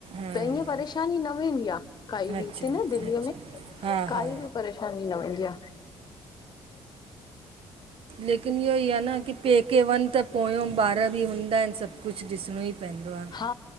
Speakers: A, on the right; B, on the left.
A: हा
B: त ईअं परेशानी न वेंदी आ, काई बि
A: अच्छा
B: हिते न, दिल्लीअ
A: अच्छा
B: में
A: हा
B: काई
A: हा
B: बि परे शानी न वेंदी आ।
A: लेकिन इहो ई आ न की पेके वन त पोयों ॿार बि हूंदा इनि, सभु कुछ ॾिसणो ई पेंदो आ।
B: हा,